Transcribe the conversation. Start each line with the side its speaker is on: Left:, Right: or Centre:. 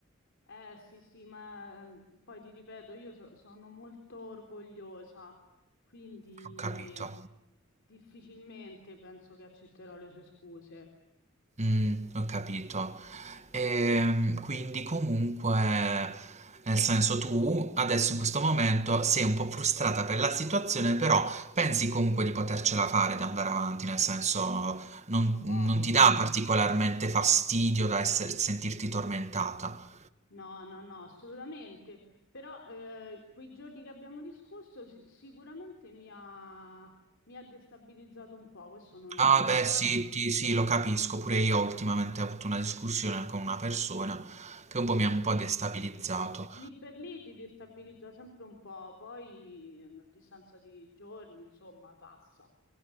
Left: Eh, sì, sì, ma ehm, poi ti ripeto, io so- sono molto orgogliosa, quindi
Right: Ho capito,
Left: difficilmente penso che accetterò le sue scuse.
Right: Mm, ho capito.
Left: Eh,
Right: Ehm, quindi comunque, nel senso tu adesso in questo momento sei un po' frustrata per la situazione, però pensi comunque di potercela fare, di andare avanti, nel senso non,
Left: No,
Right: non ti dà particolarmente fastidio da esser- sentirti tormentata.
Left: no, no, no, assolutamente. Però eh, quei giorni che abbiamo discusso si- sicuramente mi ha, mi ha destabilizzato un po', questo non lo
Right: Ah
Left: nego.
Right: beh sì,
Left: eh.
Right: ti- sì, lo capisco, pure io ultimamente ho avuto una discussione con una persona che un
Left: Mm,
Right: po' mi ha un po' destabilizzato.
Left: mm, mm. Lì per lì ti destabilizza sempre un po', poi eh, a distanza di giorni, insomma, passa.